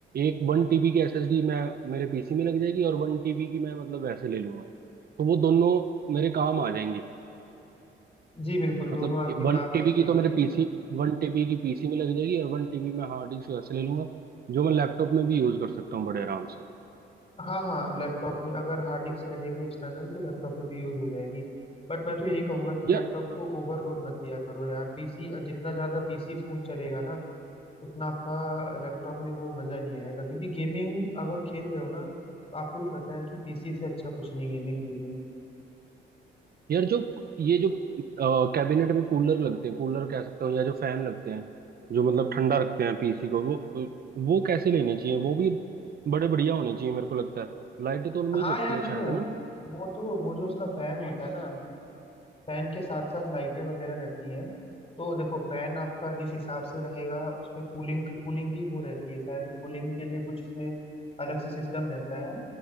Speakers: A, on the right; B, on the left.
A: एक वन टीबी की एसएसडी मैं मेरे पीसी में लग जाएगी और वन टीबी की मैं मतलब वैसे ले लूंगा तो वो दोनों मेरे काम आ जाएंगी
B: जी बिल्कुल
A: मतलब
B: दोनों आपके
A: वन
B: काम
A: टीबी
B: आ जाएंगे
A: की तो मेरे पीसी वन टीबी की पीसी में लग जाएगी और वन टीबी मैं हार्ड डिस्क वैसे ले लूंगा जो मैं लैपटॉप में भी यूज कर सकता हूँ बड़े आराम से
B: हाँ हाँ लैपटॉप में अगर हार्ड डिस्क रहेगी एक्सटर्नल तो लैपटॉप में भी यूज हो जाएगी बट मैं तो यही कहूंगा कि
A: यार
B: लैपटॉप को ओवरलोड मत दिया करो यार पीसी जितना ज्यादा पीसी स्मूथ चलेगा ना उतना आपका लैपटॉप में वो मजा नहीं आएगा क्योंकि गेमिंग अगर खेल रहे हो ना तो आपको भी पता है कि पीसी से अच्छा कुछ नहीं है गेमिंग के लिए
A: यार जो ये जो कैबिनेट में कूलर लगते हैं कूलर कह सकता हूँ या जो फैन लगते हैं जो मतलब ठंडा रखते हैं पीसी को वो वो कैसे लेने चाहिए वो भी बड़े बढ़िया होने चाहिए मेरे को लगता है लाइटें तो उनमें
B: हाँ
A: ही जगती
B: यार
A: हैं
B: देखो
A: शायद है ना
B: वो तो वो जो उसका फैन होता है ना फैन के साथ साथ लाइटें वगैरह रहती हैं तो देखो फैन आपका जिस हिसाब से रहेगा उसमें कूलिंग कूलिंग की वो रहती है शायद कूलिंग के लिए कुछ उसमें अलग से सिस्टम रहता है